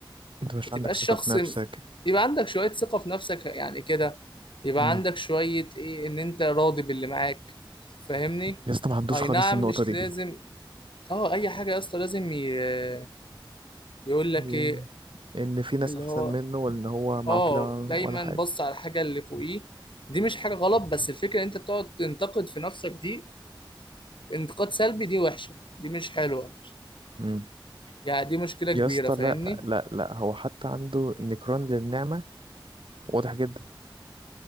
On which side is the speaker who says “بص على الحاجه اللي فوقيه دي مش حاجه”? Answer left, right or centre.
Left